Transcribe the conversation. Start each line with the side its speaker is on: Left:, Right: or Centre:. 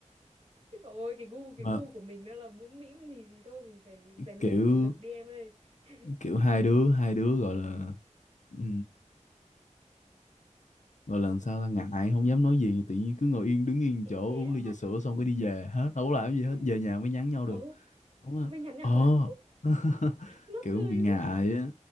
Right: Ôi cái gu cái
Left: mà
Right: gu của mình nó là mũm mĩm thì thì thôi mình phải rèn
Left: kiểu
Right: luyện thể lực đi em ơi. <laughs>
Left: kiểu hai đứa hai đứa gọi là ừ, rồi lần sau ta ngại không dám nói gì tự nhiên cứ ngồi yên đứng yên chỗ
Right: Ê, thế
Left: uống ly
Right: á.
Left: trà sữa xong cái đi về hết đâu có làm
Right: <laughs>
Left: gì hết về nhà mới nhắn nhau
Right: Ồ,
Left: được đúng là
Right: mình nhắn nhau.
Left: ồ
Right: <laughs>
Left: <laughs>
Right: Mắc
Left: kiểu
Right: cười
Left: bị ngại
Right: đấy.
Left: á